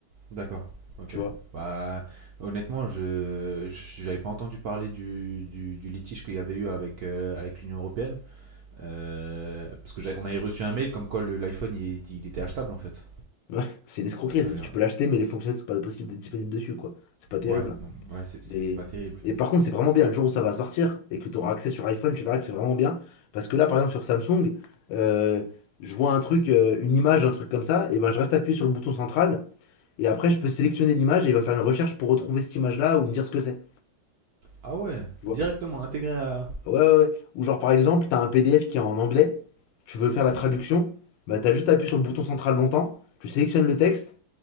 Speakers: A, on the right; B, on the left.
A: d'accord, ok.
B: tu vois.
A: Bah, honnêtement, je je- j'avais pas entendu parler du, du- du litige qu'il y avait eu avec, euh, avec l'Union Européenne. Euh, parce que on avait reçu un mail comme quoi le- l'iPhone il, il était achetable en fait.
B: Ouais, <laughs> c'est une escroquerie,
A: On
B: c'est-
A: avait-
B: tu peux l'acheter, mais les fonctionnalités sont pas possibles d'être disponibles dessus, quoi. C'est pas terrible.
A: Ouais,
B: hein.
A: non, ouais, c'est- c'est
B: Mais...
A: c'est pas terrible.
B: Et par contre, c'est vraiment bien, le jour où ça va sortir et que tu auras accès sur iPhone, tu verras que c'est vraiment bien. Parce que là, par exemple, sur Samsung, euh, je vois un truc, euh, une image, un truc comme ça, et ben je reste appuyé sur le bouton central. Et après, je peux sélectionner l'image et il va faire une recherche pour retrouver cette image-là ou me dire ce que c'est.
A: Ah ouais,
B: Tu vois?
A: directement intégré à.
B: Ah Ouais, ouais, ouais. Ou genre, par exemple, t'as un PDF qui est en anglais, tu veux faire la traduction,
A: Ok.
B: bah t'as juste à appuyer sur le bouton central longtemps, tu sélectionnes le texte